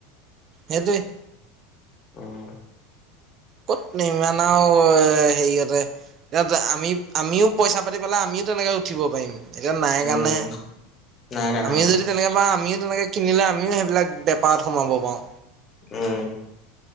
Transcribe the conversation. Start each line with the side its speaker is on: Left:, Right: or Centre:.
Right: সেইটোৱে।
Left: উম।
Right: কত নিমানও হেৰিয়তে। আমি আমিও পইচা পাতি পেলাই আমিও তেনেকে উঠিব পাৰিম। এতিয়া নাই
Left: উম
Right: কাৰণে
Left: নাই কাৰণে
Right: আমিও
Left: আৰু
Right: যদি তেনেকে বা আমিও। নেকে কিনিলে আমিও সেইবিলাক বেপাৰত সোমাব পাৰো।
Left: উম।